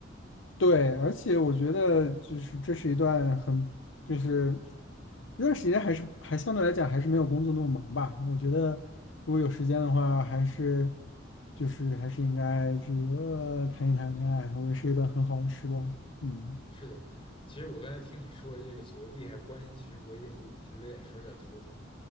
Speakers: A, on the left (about 70°); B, on the left (about 30°).
A: 对，而且我觉得就是这是一段很，就是一段时间还是还相对来讲还是没有工作那么忙吧。我觉得如果有时间的话，
B: 嗯，
A: 还是就是还是应该这个谈一谈恋爱，我觉得是一段很好的时光。嗯。
B: 是的。其实我刚才听你说这个所谓利害关系，其实我已经有有有点稍微有点头疼了，